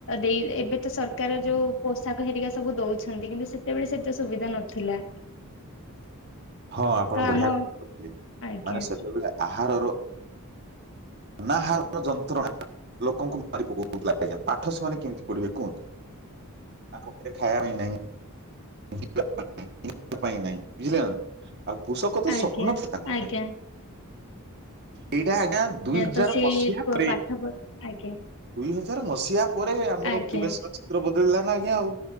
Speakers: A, on the left; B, on the right.
A: ଦେଇ ଏବେ ତ ସରକାର ଯୋଉ ପୋଷାକ ହେରିକା ସବୁ ଦଉ ଛନ୍ତି କିନ୍ତୁ ସେତେବେଳେ ସେତ ସୁବିଧା ନଥିଲା।
B: ହଁ ଆପଣ
A: ତ
B: ବଢିଆ
A: ଆମ
B: କ କହିଲେ
A: ଆଜ୍ଞା
B: ମାନେ ସେତେବେଳେ ଆହାରର ଅନାହାର ର ଯନ୍ତ୍ରଣା ଲୋକଙ୍କୁ ମାରି ପକଉ ଥିଲା ଆଜ୍ଞା ପାଠ ସେମାନେ କେମିତି ପଢିବେ କୁହନ୍ତୁ। ତାଙ୍କ ଘରେଖାଇବା ବି ନାଇଁ। <unintelligible> ଆଉ ପୋଷକ ତ
A: ଆଜ୍ଞା
B: ସ୍ୱପ୍ନ ଥା ତାଙ୍କ
A: ଆଜ୍ଞା
B: ପାଇଁ। ଏଇଟା ଆଜ୍ଞା ଦୁଇ ହଜାର
A: ତ ସେଇ
B: ମସିହା ପ୍ରେ
A: ପାଠ ପଢା ଆଜ୍ଞା
B: ଦୁଇ ହଜାର ମସିହା ପରେ ଆମର
A: ଆଜ୍ଞା
B: ପରିବେଶର ଚିତ୍ର ବଦଳିଲା ନା ଆଜ୍ଞା ଆଉ।